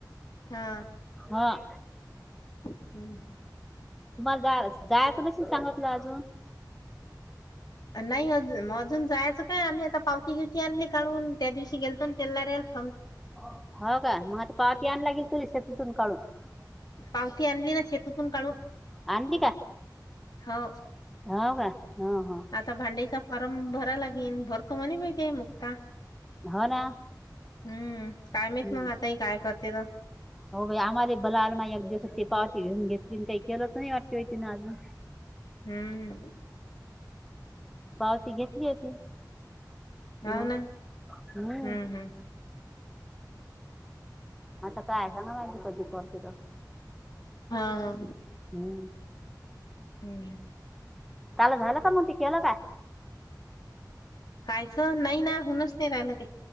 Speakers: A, on the left; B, in the centre.
A: हा.
B: हा.
A: <unintelligible>
B: तुम्हाला जा जायचं बस सांगतलं अजून.
A: नाही अजग अजून जायचं काय आम्ही आता पावती घेवती आणली काढून. <unintelligible>
B: <unintelligible>
A: पावती आणली ना शेततून काढून
B: आणली का
A: हो
B: हो का. हो हो
A: आता भांड्याचा फार्म भरायला लागेल भरतो म्हणे मुक्ता.
B: हो ना.
A: हम्म काय
B: हम्म.
A: माहित मग आता ह. काय करते. तर
B: हो बाई आम्हाला भला अमा दिवसाची पावती घेऊन घेतली काही केलं तर नाही वाटते होती ना अजून.
A: हम्म,
B: पावती घेतली होती. तीन्या
A: हो ना.
B: हम्
A: हम्म हम्म
B: आता काय माहित कधी करती तर.
A: हा हा
B: हम्म
A: हम्म,
B: त्याला झालं का मग ते केलं का.
A: कायचं नाही ना हो होईनच नाही राहिलं ते